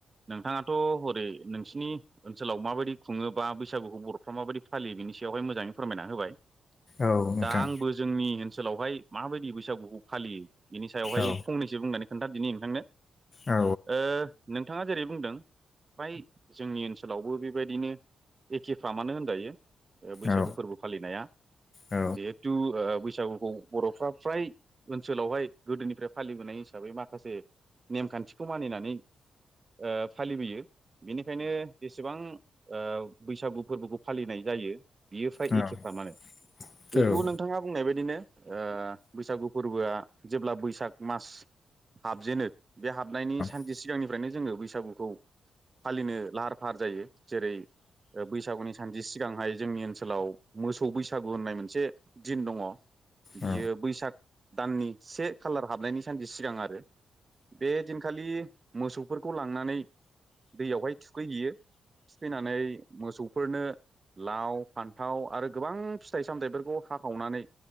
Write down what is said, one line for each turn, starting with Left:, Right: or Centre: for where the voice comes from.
Right: नोंथाङाथ' हरै नोंसिनि ओनसोलाव माबायदि खुङोबा बैसागुखौ बर'फ्रा माबायदि फालियो बिनि सायावहाय मोजाङै फोरमायना होबाय
Left: औ नोंथां
Right: दा आंबो जोंनि ओनसोलावहाय माबायदि बैसागुखौ फालियो बिनि सायावहाय
Left: औ
Right: फंनैसो बुंनानै खोन्था दिनि नोंथांनो
Left: औ
Right: ओ नोंथाङा जेरै बुंदों फ्राय जोंनि ओनसोलावबो बेबायदिनो एखेफामानो होनजायो बैसागु
Left: औ
Right: फोरबो फालिनाया
Left: औ
Right: जिहेथु ओ बैसागुखौ बर'फ्रा फ्राय ओनसोलावहाय गोदोनिफ्राय फालिबोनाय हिसाबै मा माखासे नेमखान्थिखौ मानिनानै ओ फालिबोयो बेनिखायनो जेसेबां ओ बैसागु फोरबोखौ फालिनाय जायो बियो फ्राय
Left: औ नोंथां
Right: एखेफामानो मानो जिहेथु
Left: औ
Right: नोंथाङा बुंनाय बायदिनो ओ बैसागु फोरबोआ जेब्ला बैसाग मास हाबजेनो बे हाबनायनि सानसे
Left: औ
Right: सिगांनिफ्रायनो जोङो बैसागुखौ फालिनो लाहार फाहार जायो जेरै बैसागुनि सानदि सिगांहाय जोंनि ओनसोलाव मोसौ बैसागु होननाय मोनसे दिन दङ' बियो
Left: औ
Right: बैसाग दाननि से खालार हाबनायनि सानसे सिगां आरो बे दिन खालि मोसौफोरखौ लांनानै दैयावहाय थुखैहैयो थुखैनानै मोसौफोरनो लाव फान्थाव आरो गोबां फिथाइ सामथाइफोरखौ हाखावनानै